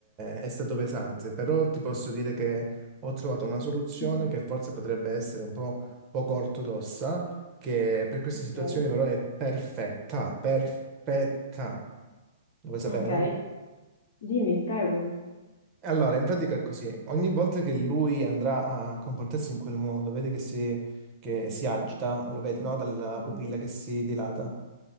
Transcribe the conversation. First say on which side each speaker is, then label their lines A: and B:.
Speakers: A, on the right; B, on the left.
A: eh, è stato pesante, però ti posso dire che ho trovato una soluzione
B: Mm.
A: che forse potrebbe essere un po' poco ortodossa, che per queste
B: ok?
A: situazioni però è perfetta, perfetta. Lo vuoi sapere?
B: Ok? Dimmi, ti prego.
A: Allora, in pratica è così. Ogni volta che lui andrà a comportarsi in quel modo, vedi che si, che si agita, lo vedi, no? Dalla
B: Mhm.
A: pupilla che si dilata.